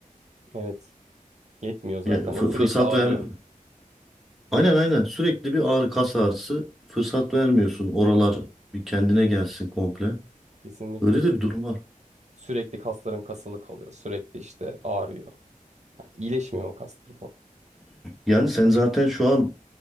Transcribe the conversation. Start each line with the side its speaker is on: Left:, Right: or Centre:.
Right: Evet. Yetmiyor zaten.
Centre: Ya fı-
Right: O sürekli
Centre: fırsat
Right: ağrıyor.
Centre: ver. Aynen aynen. Sürekli bir ağrı, kas ağrısı. Fırsat vermiyorsun. Oralar bir kendine gelsin komple.
Right: Kesinlikle.
Centre: Böyle de bir durum var.
Right: Sürekli kasların kasılı kalıyor. Sürekli işte ağrıyor. Yani iyileşmiyor o kaslar.
Centre: Yani sen zaten şu an